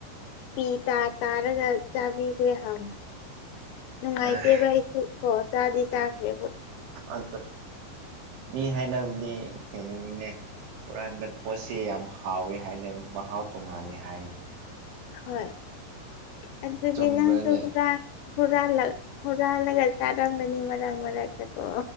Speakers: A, on the left; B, on the right.
A: ꯄꯤ ꯇꯥ ꯇꯥꯔꯒ ꯆꯥꯕꯤꯈꯦ ꯍꯥꯎꯅ ꯅꯨꯡꯉꯥꯏꯇꯦꯕ
B: ꯑꯥ
A: ꯑꯩꯁꯨ ꯍ ꯆꯗꯤ ꯆꯥꯈꯦ
B: ꯑꯗꯨ ꯃꯤ ꯍꯥꯏꯅꯕꯗꯤ ꯀꯩꯅꯣꯅꯤꯅꯦ ꯍꯨꯔꯥꯟꯕ ꯄꯣꯠꯁꯦ ꯌꯥꯝ ꯍꯥꯎꯏ ꯍꯥꯏꯅ ꯃꯍꯥꯎ ꯇꯣꯡꯉꯥꯜꯂꯤ ꯍꯥꯏꯅ
A: ꯍꯣꯏ ꯑꯗꯨꯗꯤ
B: ꯆꯨꯝꯕ꯭ꯔꯅꯦ
A: ꯂꯪꯁꯨ ꯈ ꯍꯨꯔꯥꯜꯂ ꯍꯨꯔꯥꯜꯂꯒ ꯆꯥꯔꯪꯒꯅꯤ ꯃꯔꯛ ꯃꯔꯛ ꯆꯀꯣ